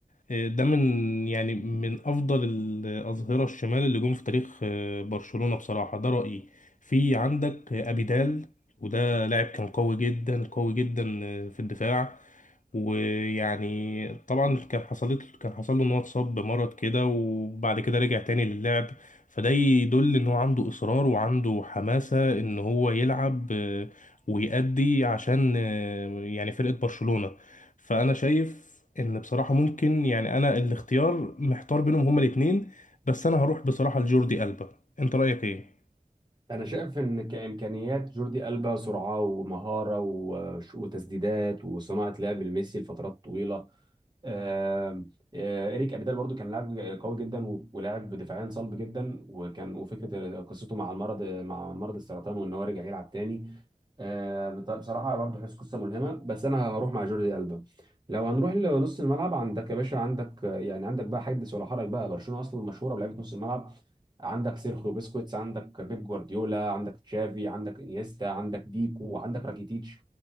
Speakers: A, on the left (about 65°); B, on the right (about 30°).
A: ده من يعني من افضل الاظهره الشمال اللي جم في تاريخ آه، برشلونه بصراحه ده رايي في عندك آه، ابيدال وده لاعب كان قوي جدا قوي جدا آه، في الدفاع ويعني طبعا كان حصلت كان حصل له ان هو اتصاب بمرض كده وبعد كده رجع تاني للعب فده يدل ان هو عنده اصرار وعنده حماسة ان هو يلعب آه، ويأدي عشان آه، يعني فرقة برشلونة فانا شايف ان بصراحه ممكن يعني انا الاختيار محتار بينهم هما الاثنين بس انا هروح بصراحه لجوردي ألبا انت رايك ايه
B: انا شايف ان كامكانيات جوردي البا سرعه ومهاره وش- وتسديدات وصناعه لعب لميسي لفترات طويله آه، آه، إريك أبيدال برضو كان لاعب قوي جدا و- ولاعب دفاعيا صلب جدا وكان وفكرة قصته مع المرض مع مرض السرطان وإن هو رجع يلعب تاني آه، طب بصراحة برضو حس قصة ملهمة بس أنا هروح مع جوردي ألبا لو هنروح لنص الملعب عندك يا باشا عندك آه، يعني عندك بقى حدث ولا حرج بقى برشلونة أصلا مشهورة بلعيبة نص الملعب عندك سيرخيو بسكوتس عندك بيب جوارديولا عندك تشافي عندك انيستا عندك بيكو عندك راكيتيتش